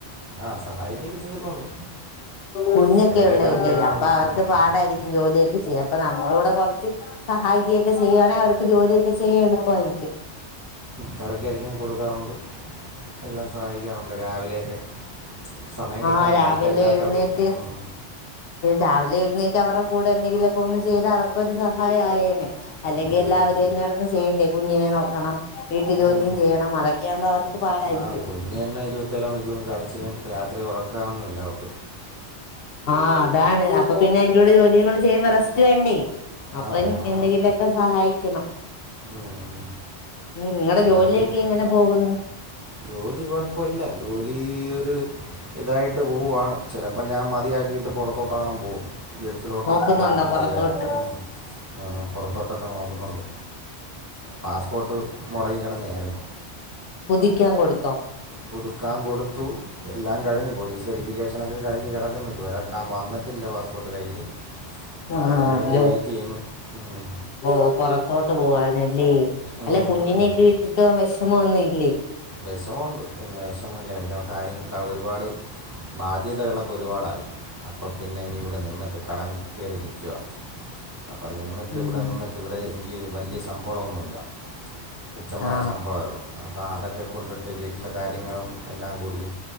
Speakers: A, on the right; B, on the left.
A: ആ സഹായിക്കുകയൊക്കെ ചെയ്യുന്നുണ്ട്
B: കുഞ്ഞൊക്കെ
A: ഇടയ്ക്ക്
B: ഉള്ളല്ലേ
A: കറക്കി അരിഞ്ഞു
B: അപ്പൊ
A: കൊടുക്കും
B: അവർക്ക് പാടായിരിക്കും ജോലിയൊക്കെ ചെയ്യാം അപ്പൊ നമ്മള കൂടെ കൊറച്ച് <unintelligible> സഹായിക്കുകൊക്കെ ചെയ്യുവാണങ്കിൽ അവ ജോലിയൊക്കെ ചെയ്യും എളുപ്പയിരിക്കും
A: കറക്കി അരിഞ്ഞ് കൊടുക്കാറുണ്ട് എല്ലാം സഹായിക്കാറുണ്ട് രാവിലെയൊക്കെ സമയം
B: ആഹ്
A: കിട്ടുമ്പോൾ
B: രാവിലെ
A: നൈറ്റ് അല്ലാത്തപ്പോൾ
B: എഴുന്നേറ്റ്
A: ഉം.
B: രാവിലെ എഴുന്നേറ്റ് അവരുടെ കൂടെ എന്തെങ്കിലൊക്കെ ഒന്ന് ചെയ്ത് അവർക്കൊരു സഹായമായേന്നെ അല്ലെങ്കിൽ
A: ഉം.
B: എല്ലാവരും തന്നെടന്ന് ചെയ്യണ്ടേ കുഞ്ഞിനെ നോക്കണം വീട്ടു ജോലിയും
A: ഉം
B: ചെയ്യണം അതൊക്കെ ആകുമ്പോ അവർക്ക് പാടായിരിക്കും
A: ആ കുഞ്ഞു തന്നെ ഇരുപത്തിനാൽ മണിക്കൂറും കരച്ചിലും രാത്രി ഉറ ക്കാവുന്നില്ല ഓൾക്
B: ആഹ് അതാണ് അപ്പൊ പിന്നെ അതിന്റെ കൂടെ ജോലിയും കൂടെ ചെയ്യുമ്പോ റസ് വേണ്ടേ
A: ആ
B: അപ്പ
A: വേണം
B: എന്തെങ്കിലുമൊക്കെ
A: വേണം
B: സഹായിക്കണം
A: ഉം.
B: മ് ഉം നിങ്ങളടെ
A: ഇവിടെ
B: ജോലിയൊക്കെ
A: പിന്നെ
B: എങ്ങനെ പോകുന്നു
A: ജോലി കൊഴപ്പല്ല ജോലി ഒരു ഇതായിട്ട് ട്ട് പോവാണ് ചിലപ്പോ ഞാൻ മ മതിയാക്കിയിട്ട് പുറത്തോട്ടാണം പോവും ഗൾഫിലോട്ടോണം
B: നോക്കുന്നുണ്ടോ
A: പോണന്നൊക്കെ
B: പുറത്തോട്ട്
A: വിചാരിക്കുന്നു ഉം ആ പുറത്തോട്ടൊക്കെ നോക്കുന്നുണ്ട് പാസ്പോർട്ട് മുടങ്ങി കിടന്നായിരുന്നു
B: പുതിക്കാൻ കൊടുത്തോ
A: പുതുക്കാൻ കൊടുത്തു എല്ലാം കഴിഞ്ഞു പോലീസ് വെരിഫിക്കേഷനൊക്കെ കഴിഞ് കിടക്കുന്ന് ഇതുവരാ വന്നിട്ടില്ല പാസ്പോർട്ട് കയ്യിൽ അങ്ങനെ
B: ആ
A: അതിനായിട്ട്
B: ജോ
A: വെയിറ്റ് ചെയ്യുന്നു ഉം.
B: ഓ പൊറത്തോട്ട് പോവാന ല്ലേ, അല്ല
A: ഉം.
B: കുഞ്ഞിനെയൊക്കെ വിട്ടിട്ട് പോവാൻ വിഷമൊന്നുമി ല്ലേ?
A: വിഷമമുണ്ട് പിന്നെ വിഷമമില്ല പിന്നെ കാര്യം ക്കാ ഒരുപാട് ബാധ്യതകളൊക്കെ ഒരുപാടായി. അപ്പം പിന്നെ ഇനി ഇവിടെ നിന്നിട്ട് കടം കേറി നിക്കുവാ അപ്പം നിന്നിട്ട്
B: ഉം
A: ഇവിടെ നിന്നിട്ട് ഇവിടെ എനിക്ക് വലിയ ശമ്പളമൊന്നുമില്ല തുച്ഛമായ
B: ആ
A: ശമ്പളമേ ഉള്ളൂ അപ്പ അതൊക്കെ കൊണ്ടിട്ട് വീട്ടിലെ കാര്യങ്ങളും എല്ലാം കൂടിയും,